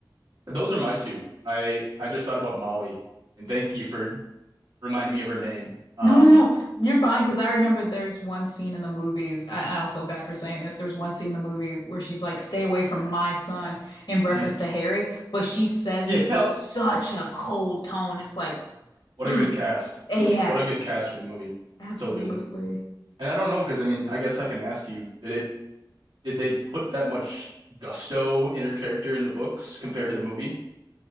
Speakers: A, on the right (about 85°); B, on the left (about 75°).
A: those are my two. I I just thought about Molly, and thank you for reminding me of her name. Um,
B: No, no, no. You're fine because I remember there's one scene in the movies. I, I don't feel bad for saying this. There's one scene in the movies where she's like, stay away from my son in reference
A: mhm.
B: to Harry, but she says
A: Yeah,
B: it with such a cold tone. It's like,
A: What
B: Mm.
A: a good cast.
B: Eh,
A: Like,
B: Yes,
A: what a good cast for the movie.
B: absolutely.
A: So good. And I don't know, because I mean, I guess I can ask you, did it did they put that much gusto in her character in the books compared to the movie?